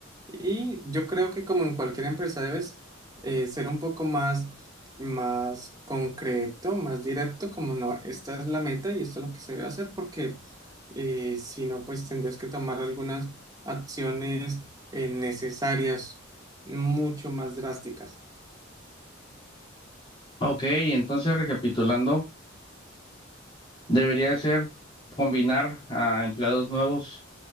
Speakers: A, on the right; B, on the left.
A: Y yo creo que como en cualquier empresa debes eh, ser un poco más, más concreto, más directo, como no, esta es la meta y esto es lo que se debe hacer, porque eh, si no, pues tendrás que tomar algunas acciones eh, necesarias, mucho más drásticas.
B: Ok, entonces recapitulando, debería ser combinar a empleados nuevos,